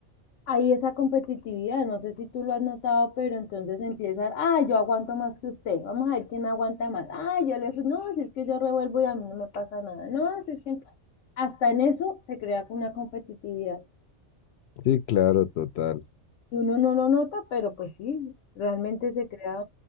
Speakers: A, on the left (about 90°); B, on the left (about 65°).
A: hay esa competitividad, no sé si tú lo has notado, pero entonces empiezan, ah, yo aguanto más que usted, vamos a ver quién aguanta más, ah, yo le no, si es que yo revuelvo y a mí no me pasa nada, no, si es que hasta en eso se crea una competitividad,
B: Sí, claro, total.
A: y uno no lo nota, pero pues sí, realmente se crea